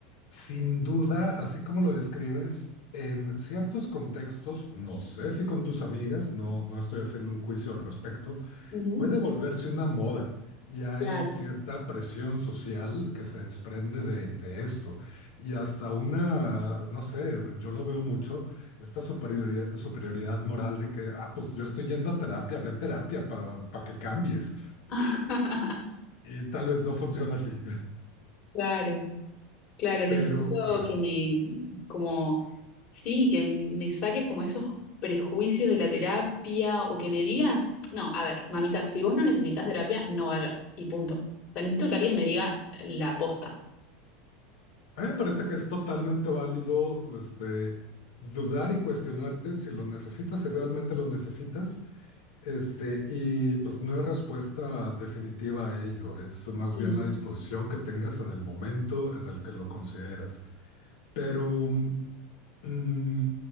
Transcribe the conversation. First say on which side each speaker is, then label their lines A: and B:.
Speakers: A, on the left; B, on the left.
A: Sin duda, así como lo describes, en ciertos contextos, no sé si con tus amigas, no, no estoy haciendo un juicio al respecto,
B: Ujú.
A: puede volverse una moda y hay
B: Claro.
A: cierta presión social que se desprende de, de esto. Y hasta una, no sé, yo lo veo mucho, esta superioridad, superioridad moral de que, ah, pues yo estoy yendo a terapia, ve a terapia para que cambies.
B: <laughs>
A: Y tal vez no funciona así.
B: Claro, claro, necesito
A: <laughs> Pero, ajá,
B: que me, como, sí, que me saques como esos prejuicios de la terapia o que me digas, no, a ver, mamita, si vos no necesitas terapia, no vayas y punto. O sea, necesito que alguien me diga la posta.
A: a mí me parece que es totalmente válido, este, dudar y cuestionarte si lo necesitas, si realmente lo necesitas Este, y pues no hay respuesta definitiva a ello, es más bien
B: Mm,
A: la disposición que tengas en el momento en el que lo consideras. Pero, mm,